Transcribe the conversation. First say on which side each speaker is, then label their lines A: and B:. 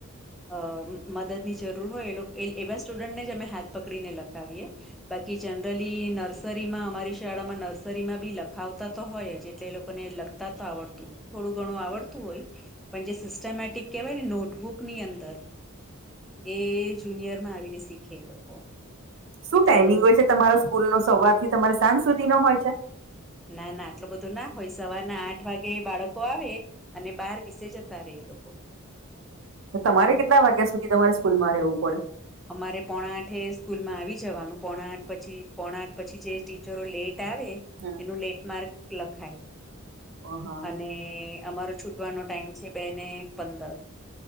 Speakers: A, in the centre; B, on the right.
A: અ મદદની જરૂર હોય એ એવા સ્ટુડન્ટને જ અમે હાથ પકડીને લખાવીએ બાકી જનરલી નર્સરીમાં અમારી શાળામાં નર્સરીમાં બી લખાવતા તો હોય જ એટલે એ લોકોને લખતા તો આવડતું હોય થોડું ઘણું આવડતું હોય પણ જે સિસ્ટેમેટિક કહેવાય ને નોટબુકની અંદર એ જુનિયર માં આવીને શીખે એ લોકો
B: શું
A: એટલે
B: ટાઈમિંગ હોય છે તમારા સ્કૂલ નો સવાર થી તમારે સાંજ સુધી નો હોય છે
A: ના ના આટલું બધું ના હોય સવારના આઠ વાગે બાળકો આવે અને બાર વિસે જતા રે એ લોકો
B: તમારે કેટલા વાગ્યા સુધી તમારે સ્કૂલ માં રહેવું પડે
A: અમારે પોણા આઠે સ્કૂલમાં આવી જવાનું પોણા આઠ પછી પોણા આઠ પછી જે ટીચરો લેટ આવે
B: હા
A: એનું લેન્ડમાર્ક લખાય
B: હા હા
A: અને અમારો છૂટવાનો ટાઈમ છે બે ને પંદર